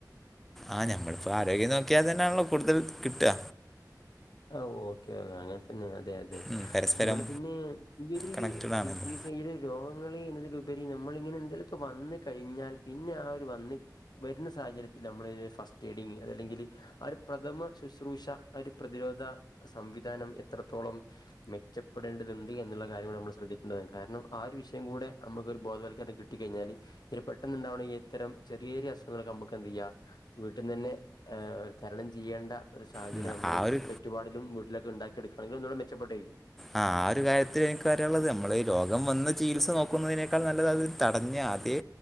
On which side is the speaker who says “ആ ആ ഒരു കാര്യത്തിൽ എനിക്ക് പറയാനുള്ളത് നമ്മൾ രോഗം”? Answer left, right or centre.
Centre